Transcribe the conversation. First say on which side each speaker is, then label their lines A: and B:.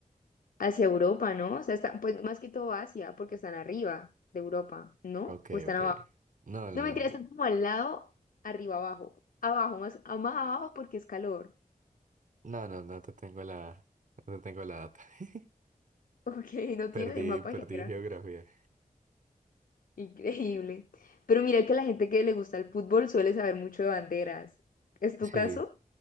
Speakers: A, on the left; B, on the right.
A: hacia Europa, ¿no? O sea, están, pues más que todo Asia, porque están arriba de Europa, ¿no?
B: Ok,
A: ¿O están
B: ok.
A: abajo?
B: No, no,
A: No mentira, están como al lado, arriba, abajo. Abajo, más, a- más abajo porque es calor. <laughs>
B: no, no, no te tengo la, no te tengo la data. <laughs>
A: Ok, no
B: Perdí,
A: tiene mapa
B: perdí
A: geográfico.
B: geografía.
A: Increíble. Pero mira que la gente que le gusta el fútbol suele saber mucho de banderas. ¿Es tu
B: Sí,
A: caso?